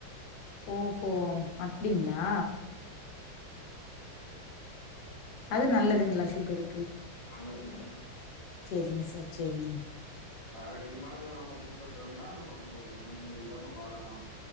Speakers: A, on the left (about 80°); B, on the left (about 55°).
A: ஓஹோ அப்பிடிங்ளா அது நல்லதுங்ளா ஷுகரு
B: ஆமாங்க மேடம்
A: சேரிங்க சார் சேரிங்க
B: ஆரோக்கியமானத நம்ம பின்பற்றம்னா நம்ம ஒ ஒ நோய் நொடி இல்லாம வாழலா